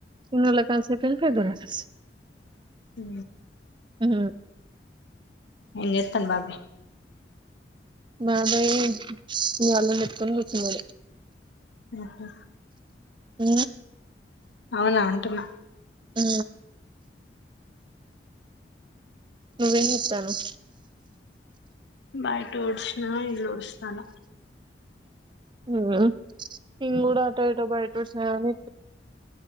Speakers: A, on the right; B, on the left.
A: చిన్నోళ్ళు కాసేపు పెద్దోళ్ళు కాసేపు
B: ఊ
A: ఉ
B: ఏం చేత్తండు బాబు
A: మాబరి నీ వల్ల ఇట్కొని కూర్చున్నాడు
B: ఆహా
A: అ
B: అవునా అంటున్న
A: ఊ నువ్వేం చేతన్నావ్
B: బయట వుడ్సిన ఇల్లు వుడ్సిన సాల
A: ఉమ్ నేను కూడా అటో ఇటో బయట వచ్చినా కానీ